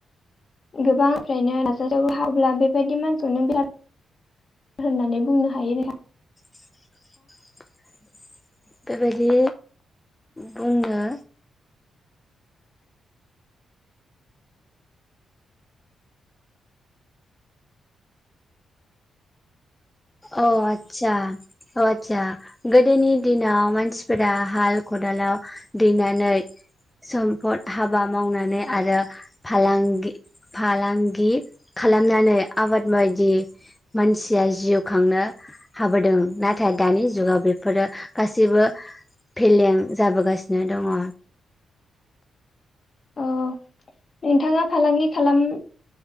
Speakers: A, on the left; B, on the left.
A: <inaudible> होननानै बुंनो हायो नोंथां
B: <inaudible> बेबायदि बुंनो अ आतसा अ आतसा गोदोनि दिनाव मानसिफोरा हाल खदालाव दैनानै सम्फद हाबा मावनानै आरो फालांगि फालांगि खालामनानै आबाद बायदि मानसिया जिउ खांनो हाबोदों नाथाय दानि जुगाव बेफोरो गासैबो फेलें जाबोगासिनो दङ
A: अक्षनोंथांङा फालांगि खालाम